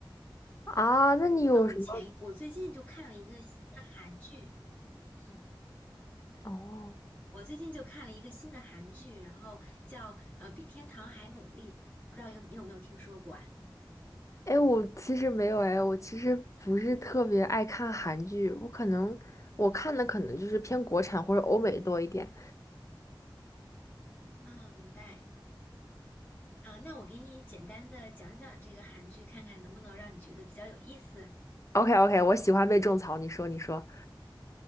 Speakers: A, on the left; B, on the left.
A: 啊，那你有什么？
B: 啊，我前我最近就看了一个新的韩剧，嗯，
A: 哦，
B: 我最近就看了一个新的韩剧，然后叫呃《比天堂还美丽》，不知道有你有没有听说过啊？
A: 哎，我其实没有，哎，我其实不是特别爱看韩剧，我可能我看的可能就是偏国产或者欧美多一点。
B: 啊，明白啊，那我给你简单的讲讲这个韩剧，看看能不能让你觉得比较有意思。
A: OK OK，我喜欢被种草，你说你说。